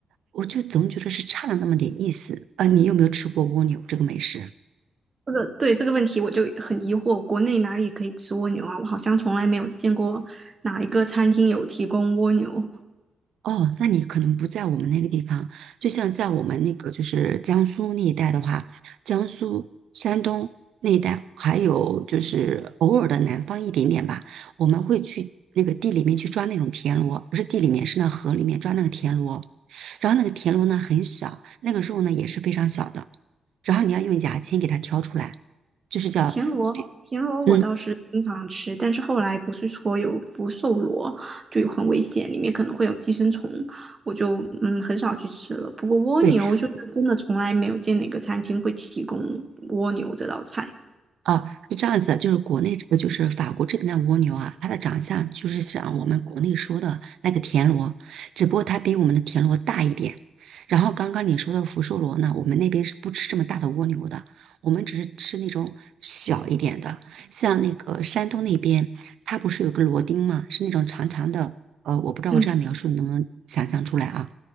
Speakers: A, on the right (about 80°); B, on the right (about 25°).
A: 我就总觉得是差了那么点意思。呃，你有没有吃过蜗牛这个美食？
B: 这个对这个问题我就很疑惑，国内哪里可以吃蜗牛啊？我好像从来没有见过哪一个餐厅有提供蜗牛。
A: 哦，那你可能不在我们那个地方，就像在我们那个就是江苏那一带的话，江苏、山东那一带，还有就是偶尔的南方一点点吧，我们会去那个地里面去抓那种田螺，不是地里面，是那河里面抓那个田螺，然后那个田螺呢很小，那个肉呢也是非常小的，然后你要用牙签给它挑出来，就是叫，
B: 田螺，田螺我倒是经常吃，
A: 嗯，
B: 但是后来不是说有福寿螺，就有很危险，里面可能会有寄生虫，我就嗯很少去吃了。不过蜗牛就是真的从来没有见哪个餐厅会提供蜗牛这道菜。
A: 对，啊，是这样子的，就是国内这个就是法国这边的蜗牛啊，它的长相就是像我们国内说的那个田螺，只不过它比我们的田螺大一点。然后刚刚你说的福寿螺呢，我们那边是不吃这么大的蜗牛的，我们只是吃那种小一点的。像那个山东那边，它不是有个螺钉吗？是那种长长的，呃，我不知道我这样描述你能不能想象出来啊？
B: 嗯